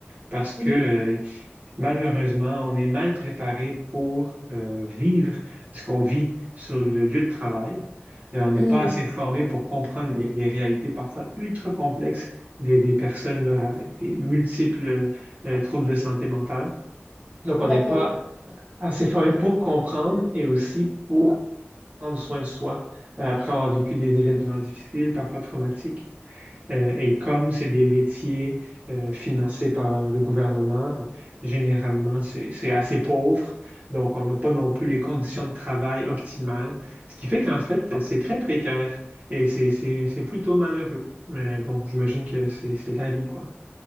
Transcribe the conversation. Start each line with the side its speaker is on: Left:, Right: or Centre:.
Right: parce
Left: Mhm.
Right: que euh, malheureusement, on est mal préparé pour euh, vivre ce qu'on vit sur le lieu de travail. Euh, on n'est
Left: Mhm.
Right: pas assez formé pour comprendre les, les réalités parfois ultra complexes des, des personnes là, avec des multiples euh, troubles de santé mentale. Donc,
Left: D'accord.
Right: on n'est pas assez formé
Left: Oui,
Right: pour comprendre et aussi pour prendre soin de soi euh, après avoir vécu des événements difficiles, parfois traumatiques. Euh, et comme c'est des métiers euh, financés par le gouvernement, généralement, c'est, c'est assez pauvre. Donc, on n'a pas non plus les conditions de travail optimales, ce qui fait qu'en fait, c'est très précaire et c'est, c'est, c'est plutôt malheureux. Mais bon, j'imagine que c'est, c'est la vie, quoi.